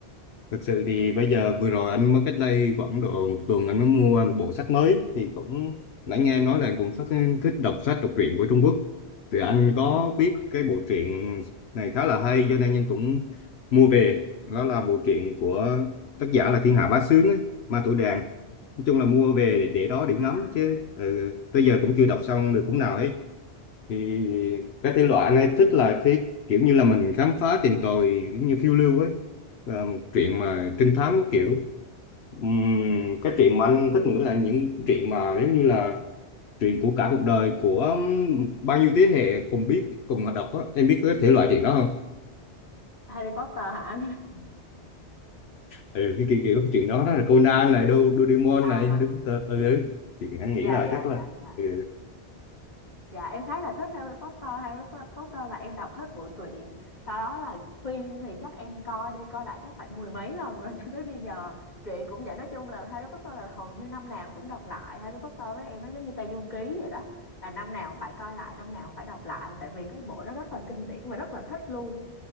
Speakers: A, on the left; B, on the left.
A: Thực sự thì bây giờ vừa rồi anh mới cách đây khoảng độ một tuần anh mới mua một bộ sách mới thì cũng nãy nghe em nói là cuốn sách thích đọc sách đọc truyện của Trung Quốc thì anh có biết cái bộ truyện này khá là hay cho nên anh cũng mua về đó là bộ truyện của tác giả là Thiên Hạ Bá Sướng ấy, Ma Tử Đàn nói chung là mua về để, để đó để
B: À.
A: ngắm chứ ừ, tới giờ cũng chưa đọc xong được cuốn nào hết thì cái thể loại anh ấy thích là thế kiểu như là mình khám phá tìm tòi giống như phiêu lưu ấy Và một chuyện mà trinh thám kiểu Ừm, cái chuyện mà anh thích nữa là những chuyện mà giống như là chuyện của cả cuộc đời của bao nhiêu thế hệ cùng biết cùng đọc á em biết cái thể loại chuyện đó không
B: Harry Potter hả anh <laughs>
A: ừ, cái kiểu, kiểu chuyện đó đó là Conan này Do- Doraemon
B: à
A: này Harry Potter ừ, ừ. chuyện anh nghĩ
B: dạ
A: là
B: dạ
A: chắc là
B: dạ dạ
A: ừ.
B: Dạ em khá là thích Harry Potter Harry Po- Potter là em đọc hết bộ truyện Sau đó là phim thì chắc em coi đi coi lại chắc phải mười mấy lần rồi <laughs> cho tới bây giờ Truyện cũng vậy nói chung là Harry Potter là hầu như năm nào em cũng đọc lại Harry Potter với em nó giống như Tây Du Ký vậy đó Là năm nào cũng phải coi lại, năm nào cũng phải đọc lại Tại vì cái bộ đó rất là kinh điển và rất là thích luôn